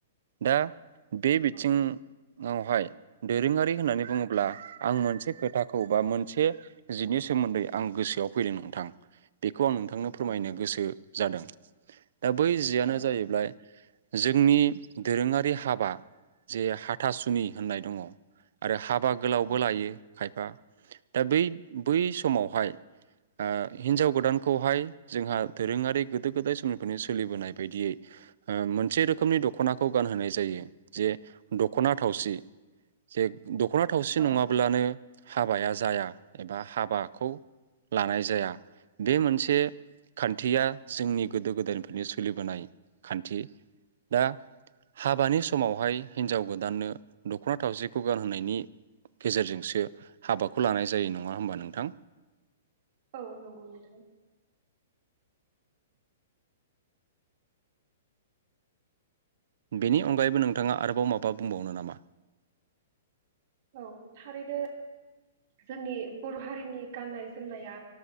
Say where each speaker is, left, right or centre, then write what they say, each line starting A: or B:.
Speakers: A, on the right (about 55°); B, on the right (about 40°).
A: दा बे बिथिङावहाय
B: औ
A: दोरोङारि होननानै बुङोब्ला आं मोनसे खोथाखौ बा मोनसे जिनि सोमोन्दै आं गोसोआव फैदों नोंथां बे खौ आं नोंथांनो
B: औ
A: फोरमायनो गोसो जादों <inaudible> दा बै जियानो
B: औ
A: जाहैबाय जोंनि दोरोङारि हाबा जे हाथासुनि होननाय दङ आरो हा बा गोलावबो
B: औ
A: लायो खायफा दा बै बै समावहाय आ हिनजाव गोदानखौहाय जोंहा दोरोङारि गोदो गोदाय समनिफ्रायनो सोलिबोनाय बायदियै ओ मोनसे रोखोमनि दखनाखौ गानहोनाय जायो जे दखना थावसि जे दखना थावसि
B: औ
A: नङाब्लानो हाबाया जाया एबा हाबाखौ लानाय जाया बे मोनसे खान्थिया जोंनि गोदो गोदायनिफ्रायनो सोलिबोनाय खान्थि दा हाबानि समावहाय हिनजाव गोदाननो दखना थावसिखौ गानहोनायनि गेजेरजोंसो हाबाखौ लानाय जायो नङा होमबा नोंथां
B: औ नंगौ नोंथां
A: बेनि अनगायैबो नोंथाङा आरोबाव माबा बुंबावनो नामा
B: औ थारैनो जोंनि बर हारिनि गाननाय जोमनाया